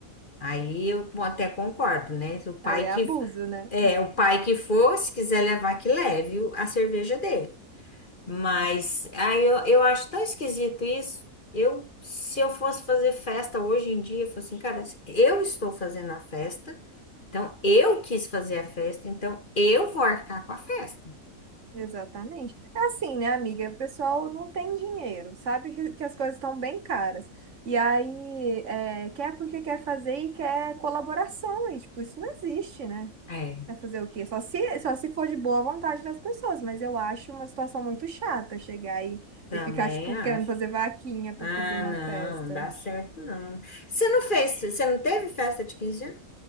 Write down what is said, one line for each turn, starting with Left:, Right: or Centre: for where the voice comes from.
Left: Aí eu até concordo, né? O pai
Right: Aí é
Left: que
Right: abuso, né?
Left: é, o pai que for, se quiser levar, que leve o- a cerveja dele. Mas aí eu, eu acho tão esquisito isso. Eu, se eu fosse fazer festa hoje em dia, eu falo assim, cara, eu estou fazendo a festa, então eu quis fazer a festa, então eu vou arcar com a festa.
Right: Exatamente. É Assim, né, amiga? O pessoal não tem dinheiro, sabe que, que as coisas estão bem caras. E aí, é, quer porque quer fazer e quer colaboração. E, tipo, isso não existe, né?
Left: É.
Right: Vai fazer o quê? Só se, só se for de boa vontade das pessoas. Mas eu acho uma situação muito chata chegar aí
Left: Também
Right: e ficar, tipo,
Left: acho.
Right: querendo fazer vaquinha para
Left: Ah,
Right: fazer uma
Left: não,
Right: festa.
Left: não dá certo não. Você não fez, você não teve festa de 15 anos?